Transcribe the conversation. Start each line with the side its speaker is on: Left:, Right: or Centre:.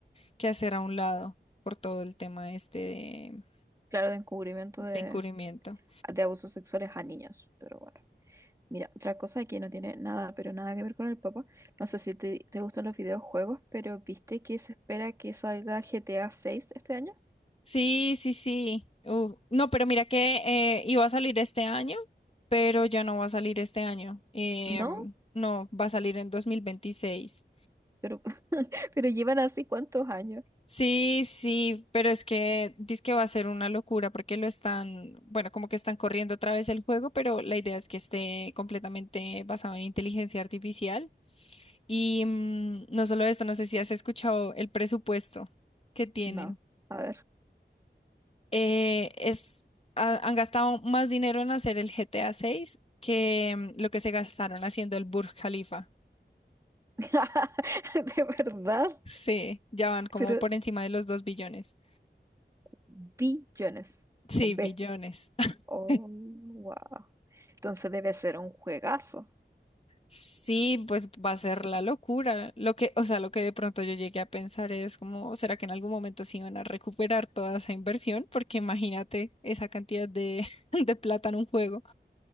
Left: que hacer a un lado por todo el tema este de,
Right: Claro, de encubrimiento
Left: de
Right: de,
Left: encubrimiento.
Right: de abusos sexuales a niños, pero bueno. Mira, otra cosa que no tiene nada, pero nada que ver con el papá. No sé si te, te gustan los videojuegos, pero ¿viste que se espera que salga G T A seis este año?
Left: Sí, sí, sí. Uh, no, pero mira que eh, iba a salir este año, pero ya no va a salir este año. Em,
Right: No,
Left: no, va a salir en 2026.
Right: pero, <laughs> pero llevan así cuántos años.
Left: Sí, sí, pero es que dice que va a ser una locura porque lo están, bueno, como que están corriendo otra vez el juego, pero la idea es que esté completamente basado en inteligencia artificial. Y mm, no solo esto, no sé si has escuchado el presupuesto que tienen.
Right: No, a ver.
Left: Eh, es, ha- han gastado más dinero en hacer el GTA 6 que mm, lo que se gastaron haciendo el Burj Khalifa.
Right: <laughs> De verdad,
Left: Sí, ya van como
Right: pero
Left: por encima de los dos billones.
Right: billones
Left: Sí,
Right: con
Left: billones.
Right: B.
Left: <laughs>
Right: Oh, wow. Entonces debe ser un juegazo.
Left: Sí, pues va a ser la locura. Lo que, o sea, lo que de pronto yo llegué a pensar es como, ¿será que en algún momento se iban a recuperar toda esa inversión? Porque imagínate esa cantidad de, <laughs> de plata en un juego.